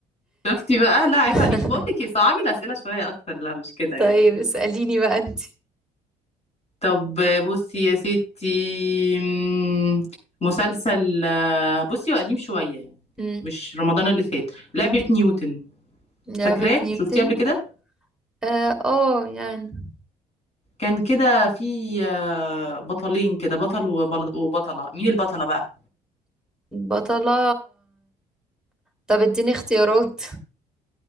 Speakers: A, on the left; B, in the centre.
A: شفتي بقى لا عيب
B: <laughs>
A: عليكي بقول لك إيه، صعبي الاسئله شويه اكتر لا مش كده يعني
B: طيب اساليني بقى انت
A: طب بصي يا ستي مم، مسلسل آه، بصي هو قديم شويه يعني
B: مم.
A: مش رمضان اللي فات لعبه نيوتن
B: لعبه
A: فاكراه
B: نيوتن
A: شفتيه قبل كده
B: اه آه، يعني
A: كان كده في آه، بطلين كده بطل وبل- وبطله مين البطله بقى
B: البطله طب اديني اختيارات